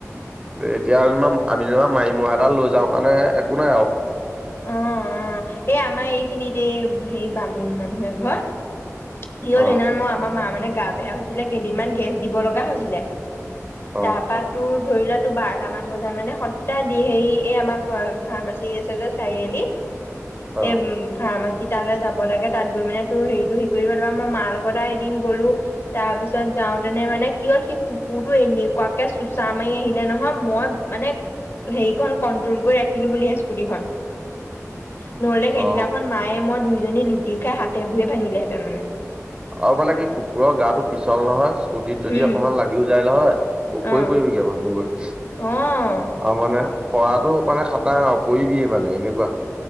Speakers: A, on the right; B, on the left.
A: এতিয়া যেনিবা আমি যেনিবা মাৰিমৰা এডাল লৈ যাওঁ কাৰণে একো নাই আৰু।
B: অ' অ এই আমাৰ এই খিনিত এই হে বামুণ মানুহে এঘৰট কি হ'ল
A: অ
B: সেইদিনা মই আমাৰ মা মানে গা বেয়া হৈছিলে কেইদিনমান গেছ দিব লগা হৈছিলে
A: অ
B: তাৰপা তোৰ ধৰি লোৱাাতো বাৰটামান বজাত মানে সদায় দি হেৰি এই আমাৰ ফাৰ্মাচী আছে যে চাৰিআলিত
A: অ
B: সে ফাৰ্মাচী সি তালৈ যাব লাগে তাত গৈ মানে তোৰ হেৰিটো হেৰি কৰি দিব তাৰপা মই মাৰ লগত এদিন গ'লো তাৰপিছত যাওঁতেনে মানে কি হ'ল সি কুকুৰটো এনেকুৱাকে চোচা মাৰি আহিলে নহয় মই মানে হেৰিখন কন্ট্ৰল কৰি ৰাখিলো বুলিহে স্কুটিখন নহলে সেইদিনাখন
A: অ
B: মায়ে মই দুইজনী লুটি খাই হাতে ভৰিয়ে ভাঙিলেহেঁতেন মানে
A: আৰু মানে কি কুকুৰৰ গাটো পিছল নহয়। কুটিত যদি
B: উম,
A: অকমান লাগিও যায় লহয় ওফৰি
B: অ',
A: পৰিবিগে মানুহবোৰ। আৰু
B: অ',
A: মানে পৰাটো মানে খাটাং আৰু পৰিবিয়ে মানে এনেকুৱা